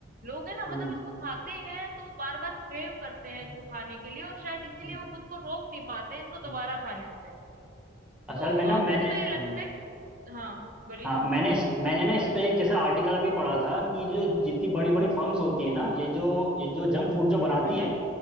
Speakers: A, on the right; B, in the centre.
A: लोग है ना मतलब
B: हम्म,
A: इसको खाते हैं तो बार बार क्रेव करते हैं
B: हम्म,
A: इसको खाने के लिए और शायद इसीलिए
B: हम्म,
A: वो खुद को रोक नहीं पाते इसको
B: हम्म।
A: दोबारा खाने से
B: असल
A: तो
B: में ना मैंने
A: अ, मुझे तो
B: हम्म,
A: ये लगता है कि हाँ बोलिए
B: हाँ मैंने इस- मैंने ना इस पे एक जैसा आर्टिकल भी पढ़ा था कि जो जितनी बड़ी बड़ी फर्म्स होती है ना ये जो ये जो जंक फूड जो बनाती
A: हम्म
B: हैं
A: हम्म,